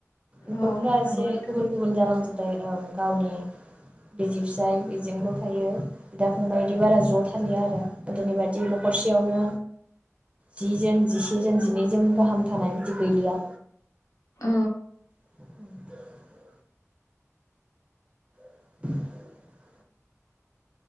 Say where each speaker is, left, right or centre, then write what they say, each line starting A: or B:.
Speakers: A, on the right; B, on the left.
A: न'खरफ्रा
B: औ नंगौ
A: एसे
B: नोंथां
A: गुबुन गुबुन जालांजोबबाय ओं गावनि। बिदि फिसाइ बेजोंल' थायो। दा फंबाय बिदि बारा ज' थालिया। आरो गोदोनि बायदि न'खरसेयावनो जिजों जिसेजों जिनैजों गाहाम थानाय बिदि गैलिया।
B: औ।
A: <inaudible> <inaudible>